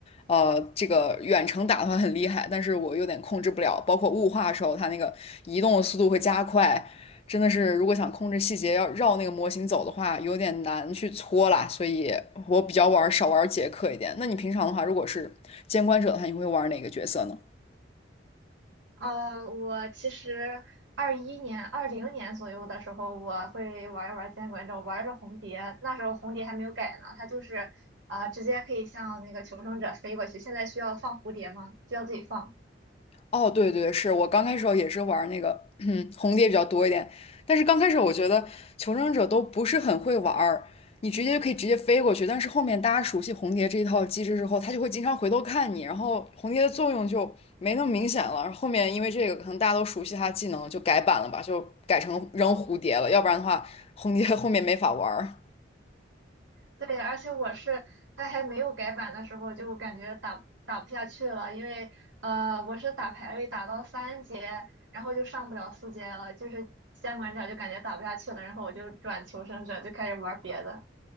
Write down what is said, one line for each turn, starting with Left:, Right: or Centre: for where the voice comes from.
Left: 呃，这个远程打的话很厉害，但是我有点控制不了。包括雾化的时候，它那个移动的速度会加快，真的是如果想控制细节，要绕那个模型走的话，有点难去搓啦。所以我比较玩少玩杰克一点。那你平常的话，如果是监管者的话，你会玩哪个角色呢？
Right: 呃，我其实二一年、二零年左右的时候，我会玩一玩《监管者，玩着红蝶。那时候红蝶还没有改呢，它就是呃，直接可以向那个求生者飞过去。现在需要放蝴蝶吗？需要自己放。
Left: 哦，对对，是我刚开始也是玩那个 <clears throat> 红蝶比较多一点，但是刚开始我觉得求生者都不是很会玩儿，你直接就可以直接飞过去，但是后面大家熟悉红蝶这一套机制之后，他就会经常回头看你，然后红蝶的作用就没那么明显了。然后后面因为这个，可能大家都熟悉他的技能，就改版了吧，就改成扔蝴蝶了，要不然的话红蝶后面没法玩儿。
Right: 对，而且我是在还没有改版的时候，就感觉打打不下去了，因为呃，我是打排位打到三阶，然后就上不了四阶了，就是监管者就感觉打不下去了，然后我就转求生者，就开始玩别的。